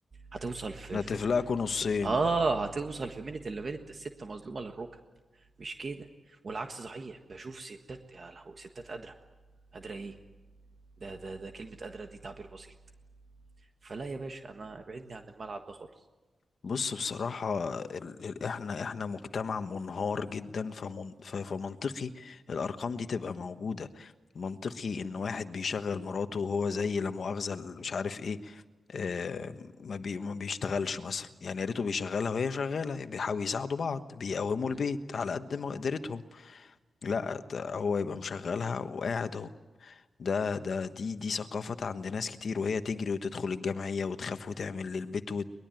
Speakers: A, on the right; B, on the left.
A: هتوصل في
B: هتفلقكوا
A: في
B: نصين
A: في اه هتوصل في منت الا منت ده الست مظلومة للركب مش كده والعكس صحيح بشوف ستات يا لهوي ستات قادرة قادرة ايه ده ده ده كلمة قادرة دي تعبير بسيط فلا يا باشا انا ابعدني عن الملعب ده خالص
B: بص بصراحة ال... ال... احنا احنا مجتمع منهار جدا فمن... ف... فمنطقي الأرقام دي تبقى موجودة منطقي إن واحد بيشغل مراته وهو زي لا مؤاخذة ال- مش عارف ايه آه، ما بي ما بيشتغلش مثلا يعني يا ريته بيشغلها وهي شغالة بيحاولوا يساعدوا بعض بيقوموا البيت
A: مم.
B: على قد ما قدرتهم لا ده هو يبقى مشغلها وقاعد اهو ده ده دي دي ثقافة عند ناس كتير وهي تجري وتدخل الجمعية وتخاف وتعمل للبيت